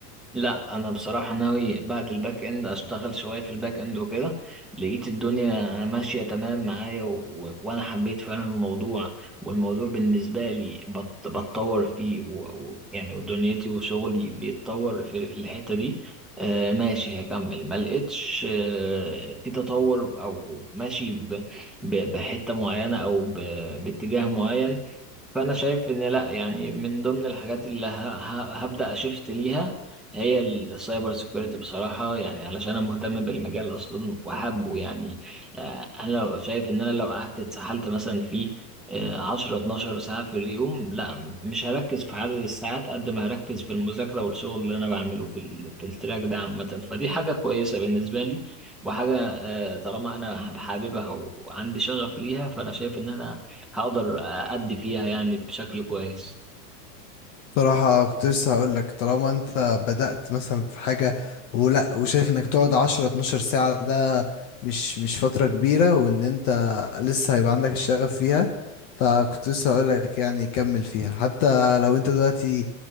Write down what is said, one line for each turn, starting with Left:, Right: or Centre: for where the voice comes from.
Centre: لا انا بصراحه ناوي بعد الباك اند اشتغل شويه في الباك اند وكده لقيت الدنيا ماشيه تمام معايا و... و... وانا حبيت فعلا الموضوع والموضوع بالنسبه لي بت... بتطور فيه و... و... يعني دنيتي وشغلي بيتطور في الحته دي آه ماشي هكمل ما لقيتش آه في تطور او ماشي ب... ب... بحته معينه او ب... باتجاه معين فانا شايف ان لا يعني من ضمن الحاجات اللي ه- ه- هبدا اشفت ليها هي السايبر سيكوريتي بصراحه يعني علشان انا مهتم بالمجال اصلا وحابه يعني آه، انا لو شايف ان انا لو قعدت اتسحلت مثلا في عشرة اتناشر ساعة في اليوم لا مش هركز في عدد الساعات قد ما هركز في المذاكرة والشغل اللي أنا بعمله في, ال... في التراك ده عامة فدي حاجة كويسة بالنسبة لي وحاجة آه، طالما أنا حاببها وعندي شغف ليها فأنا شايف إن أنا هقدر أدي فيها يعني بشكل كويس
Left: صراحة كنت لسه هقول لك طالما انت بدأت مثلا في حاجة ولا وشايف انك تقعد 10 12 ساعة ده مش مش فترة كبيرة وان انت لسه هيبقى عندك الشغف فيها فكنت لسه هقول لك يعني كمل فيها حتى لو انت دلوقتي